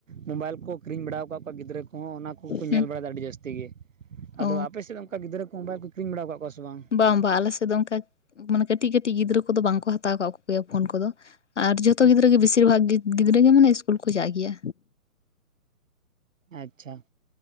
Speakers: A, on the right; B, on the left.
A: ᱢᱳᱵᱟᱭᱤᱞ ᱠᱚ ᱠᱤᱨᱤᱧ ᱵᱟᱲᱟ ᱠᱟᱫ ᱠᱚᱣᱟ ᱜᱤᱫᱽᱨᱟᱹ ᱠᱚᱦᱚᱸ ᱚᱱᱟ ᱠᱚᱠᱚ
B: ᱦᱩᱸ
A: ᱧᱮᱞ ᱵᱟᱲᱟ ᱮᱫᱟ ᱟᱹᱰᱤ ᱡᱟᱹᱥᱛᱤ ᱜᱮ᱾
B: ᱚ
A: ᱟᱫᱚ ᱟᱯᱮ ᱥᱮᱫ ᱚᱱᱠᱟ ᱜᱤᱫᱽᱨᱟᱹ ᱠᱚ ᱢᱳᱵᱟᱭᱤᱞ ᱠᱚ ᱠᱤᱨᱤᱧ ᱵᱟᱲᱟ ᱠᱟᱜ ᱠᱚᱣᱟ ᱥᱮ ᱵᱟᱝ?
B: ᱵᱟᱝ ᱵᱟᱝ ᱟᱞᱮ ᱥᱮᱫ ᱫᱚ ᱚᱱᱠᱟ ᱢᱟᱱᱮ ᱠᱟᱹᱴᱤᱡ ᱠᱟᱹᱴᱤᱡ ᱜᱤᱫᱽᱨᱟᱹ ᱠᱚᱫᱚ ᱵᱟᱝ ᱠᱚ ᱦᱟᱛᱟᱣ ᱠᱟᱫ ᱠᱚᱜᱮᱭᱟ ᱯᱷᱳᱱ ᱠᱚᱫᱚ᱾ ᱟᱨ ᱡᱚᱛᱚ ᱜᱤᱫᱽᱨᱟᱹ ᱜᱮ ᱵᱮᱥᱤᱨ ᱵᱷᱟᱜᱽ ᱜᱤᱫᱽᱨᱟᱹ ᱜᱮ ᱢᱟᱱᱮ ᱥᱤᱥᱠᱩᱞ ᱠᱚ ᱪᱟᱜ ᱜᱮᱭᱟ᱾
A: ᱟᱪᱪᱷᱟ᱾